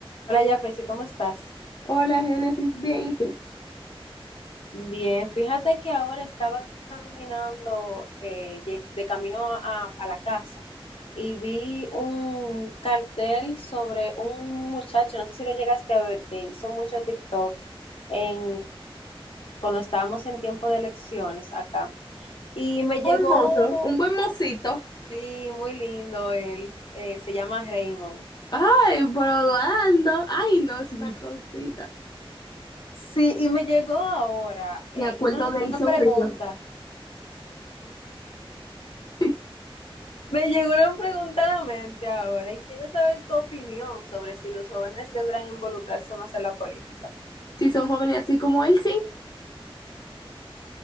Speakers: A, on the left; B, on the left.
A: Hola, Jafrey, ¿cómo estás?
B: Hola, Génesis, bien, ¿y tú?
A: Bien, fíjate que ahora estaba caminando eh, ye- de camino a, a la casa y vi un cartel sobre un muchacho, no sé si lo llegaste a ver, que hizo mucho TikTok en, cuando estábamos en tiempo de elecciones acá. Y me llegó,
B: Un mozo, un buen mocito.
A: sí, muy lindo él, eh, se llama Raymond.
B: Ay, por Orlando. Ay, no, es
A: <laughs>
B: una cosita.
A: Sí, y me llegó ahora eh,
B: Me acuerdo
A: una,
B: de
A: una
B: él sonrío.
A: pregunta.
B: <laughs>
A: Me llegó una pregunta a la mente ahora y quiero saber tu opinión sobre si los jóvenes deberán involucrarse más en la política.
B: Si son jóvenes así como él, sí.